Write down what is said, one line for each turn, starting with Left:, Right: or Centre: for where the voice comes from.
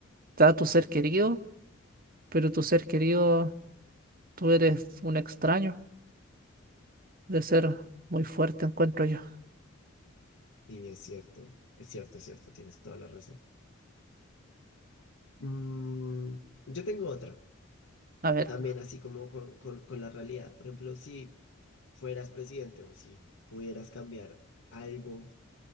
Right: está tu ser querido, pero tu ser querido, tú eres un extraño de ser muy fuerte, encuentro yo.
Left: Y es cierto, es cierto, es cierto, tienes toda la razón. Mm, yo tengo otra,
Right: A ver,
Left: también así como con, con, con la realidad. Por ejemplo, si fueras presidente o si pudieras cambiar algo